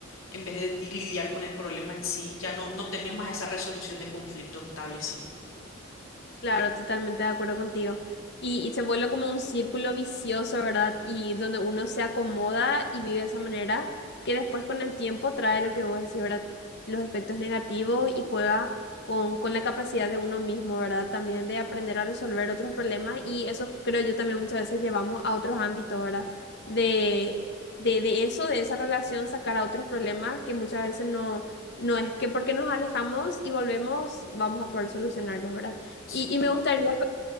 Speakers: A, on the left (about 75°); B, on the left (about 55°).
A: en vez de di- lidiar con el problema en sí, ya no, no tenés más esa resolución de conflictos establecida.
B: Claro, totalmente de acuerdo contigo. Y, y se vuelve como un círculo vicioso, ¿verdad? Y donde uno se acomoda y vive de esa manera, que después con el tiempo trae lo que vos decís, ¿verdad? Los efectos negativos y juega con, con la capacidad de uno mismo, ¿verdad? También de aprender a resolver otros problemas. Y eso creo yo también muchas veces llevamos a otros ámbitos, ¿verdad? De, de, de eso, de esa relación, sacar a otros problemas que muchas veces no, no es que porque nos alejamos y volvemos, vamos a poder solucionarlos, ¿verdad?
A: Sí.
B: Y, y me gustaría co-